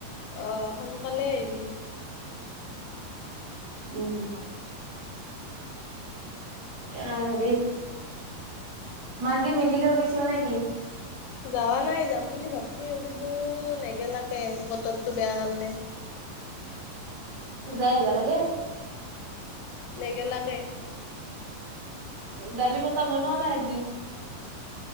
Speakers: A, on the left; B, on the right.
A: আহ সোনকালে আহিবি।
B: উম। এ হেৰি মা কি মেডিকেল গেছিল নেকি?
A: যাৱা নাই যাম বুলি ভাবছিল কিন্তু নাই লাগে বতৰ। তটো বেয়া কাৰণে
B: <inaudible> লাগে।
A: নেগেলাকে
B: লালি পাতা বনুৱানা আজি